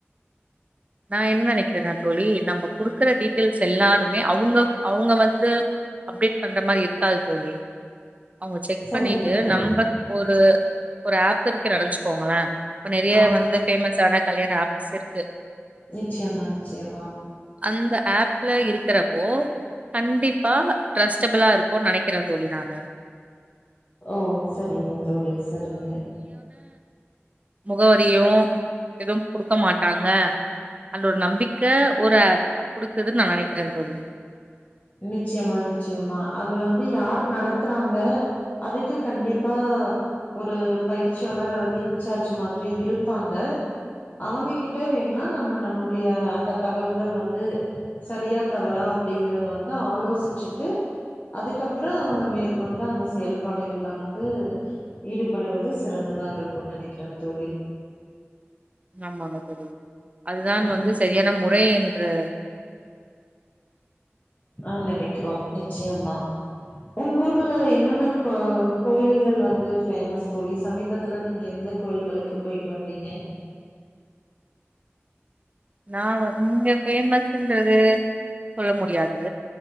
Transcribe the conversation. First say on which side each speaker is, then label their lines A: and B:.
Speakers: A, on the right; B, on the left.
A: நா என்ன நெனைக்கிறேனா தோழி நம்ம குடுக்குற டீட்டெயில்ஸ் எல்லாருமே அவங்க அவங்க வந்து அப்டேட் பண்ற மாதிரி இருக்காது தோழி அவங்க செக்
B: சரிங்க
A: பண்ணிட்டு
B: தோழி
A: நம்மக் ஒரு ஒரு அப் இருக்கு நெனச்சிக்கோங்களேன் இப்ப நெறைய
B: ஆ
A: வந்து பேமஸ் ஆன கல்யாண ஆப்ஸ் இருக்கு
B: நிச்யமா நிச்சயமா
A: அந்த அப்ல இருக்கிறப்போ கண்டிப்பா ட்ரஸ்டபுளா இருக்குன்னு நெனைக்குறேன் தோழி நானு
B: ஓ சரிங்க தழி சரிங்க
A: முகவரியும் எதுவும் குடுக்க மாட்டாங்க அல்ல ஒரு நம்பிக்கை ஒரு கொடுக்குதுன்னு நான் நினைக்கிறேன்ு சொல்லி
B: நிச்சயமா நிச்சயமா அது வந்து யார் நடத்துறாங்க அதுக்கு கண்டிப்பா ஒரு பயிற்சியாளர் அல்லது இன்சார்ஜ் மாதிரி இருப்பாங்க அவங்க கிட்ட வேணுனா நம்ம நம்மளுடைய அந்த தகவல்கள் வந்து சரியா தவறா அப்படிங்கறது அத வந்து ஆலோசிச்சுட்டு அதுக்கப்புறம் அவங்க மேற்கொண்டு அந்த செயல்பாடுகள்ல வந்து ஈடுபடுவது சிறந்ததா இருக்கும் நினைக்கிறேன் தோழி
A: ஆமாமா சரி அதுதான்
B: ம்.
A: வந்து சரியான முறை என்று
B: ஆஹ் நினைக்கிறோம் நிச்சயமா உங்க ஊர்ல என்னென்ன கோ கோயில்கள் வந்து பேஃமஸ் தோழி சமீபத்துல நீங்க எந்த கோயில்களுக்கு போயிட்டு வந்தீங்க
A: நான் இங்க பேஃபமஸ்ன்றது சொல்ல முடியாது